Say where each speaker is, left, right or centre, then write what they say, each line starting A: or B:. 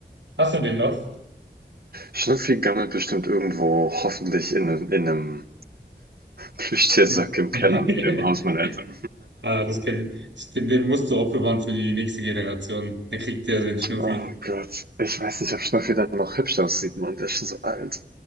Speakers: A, on the right; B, on the right.
A: Hast du den noch?
B: Schnuffi gammelt bestimmt irgendwo, hoffentlich in, einem- in einem Plüschtiersack
A: <laughs>
B: im Keller, im Haus meiner Eltern.
A: Ah, das kennt, das- den, den musst du aufbewahren für die nächste Generation. Dann kriegt der seinen Schnuffi.
B: Oh Gott. Ich weiß nicht, ob Schnuffi dann noch hübsch aussieht, Mann. Der ist schon so alt.